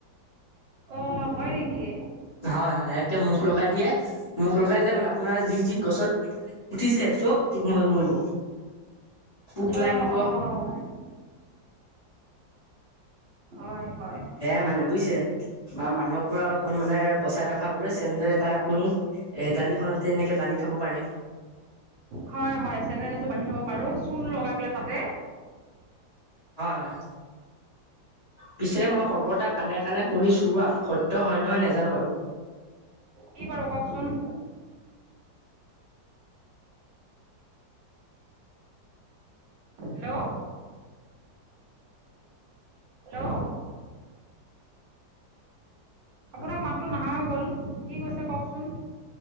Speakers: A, on the right (about 75°); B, on the left (about 30°).
A: অঁ, হয় নেকি?
B: হয়, হয়, একে মুখ লগাই দিয়ে, মুখ লগাই দিলে মানে আপোনাৰ যি যি গছত উঠিছে চব ম মৰিব। পোক
A: অ,
B: লাগিব
A: অঁ। হয়, হয়।
B: দে মানে বুজিছে? বা মানুহৰ পৰা অলপমান মানে বচাই ৰখাবলৈ চেণ্ডেল এপাত আপুন এ দালিখনতে এনেকে বান্ধি থব পাৰে।
A: হয়, হয়, চেনেল এযোৰ বান্ধি থব পাৰো চূণ লগাই পেলাই তাতে।
B: হয়, হয়। পিছে মই খবৰ এটা কানে-কানে শুনিছো সত্য হয় নহয় নাজানো বাৰু।
A: কি বাৰু কওকচোন? হেল্ল'। হেল্ল'। আপোনাৰ মাতটো নাহা হৈ গ'ল, কি কৈছে কওকচোন?